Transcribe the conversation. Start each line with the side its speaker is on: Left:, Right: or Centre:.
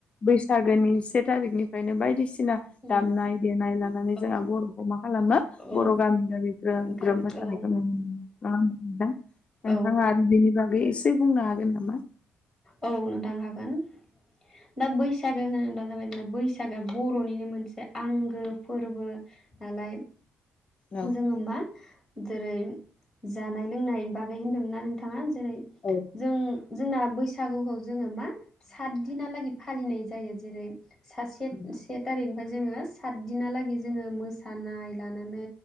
Left: बैसागोनि से थारिखनिफ्रायनो बायदिसि ना
Centre: उम
Left: दामनाय देनाय लानानै
Centre: औ
Left: जोंहा बर' मा खालामो
Centre: औ
Left: बर' गामि गामि ग्रोम
Centre: गान
Left: ग्रोम मोसानायखौ
Centre: औ
Left: नुनो मोनो नङा होमबा नोंथां। नोंथाङा
Centre: औ
Left: आरो बेनि बागै एसे बुंनो हागोन नामा?
Centre: औ नोंथां हागोन दा बैसागो होनोब्ला जाबाय जोंना बैसागोआ बर'निनो मोनसे आंगो फोरबो नालाय
Left: औ
Centre: जोङो मा जेरै जानाय लोंनाय बागै होन्दोंना नोंथाङा? जेरै
Left: औ
Centre: जों जोंना बैसागुखौ जोङो मा साथदिनालागै फालिनाय जायो। जेरै सासे
Left: औ
Centre: से थारिख ओमफ्राय जोङो साथदिनाहालागै जोङो मोसानाय लानानै